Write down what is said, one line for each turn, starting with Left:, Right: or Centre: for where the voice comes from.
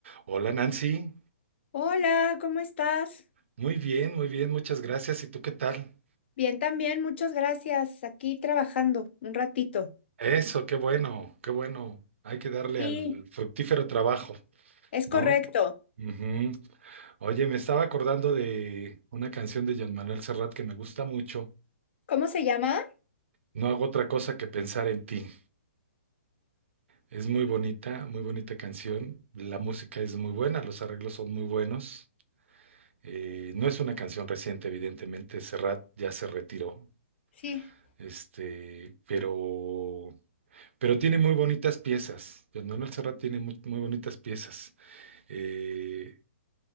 Right: Hola Nancy,
Left: Hola, ¿cómo estás?
Right: muy bien, muy bien, muchas gracias. ¿Y tú qué tal?
Left: Bien, también, muchas gracias. Aquí trabajando un ratito.
Right: Eso, qué bueno, qué bueno. Hay que darle
Left: Sí,
Right: al fructífero trabajo,
Left: es correcto.
Right: ¿no? Ujú. Oye, me estaba acordando de una canción de Jean Manuel Serrat que me gusta mucho.
Left: ¿Cómo se llama?
Right: No hago otra cosa que pensar en ti. Es muy bonita, muy bonita canción. La música es muy buena, los arreglos son muy buenos. Eh, no es una canción reciente, evidentemente. Serrat ya se retiró.
Left: Sí.
Right: Este, pero Pero tiene muy bonitas piezas. Don Manuel Serrat tiene muy, muy bonitas piezas. Eh,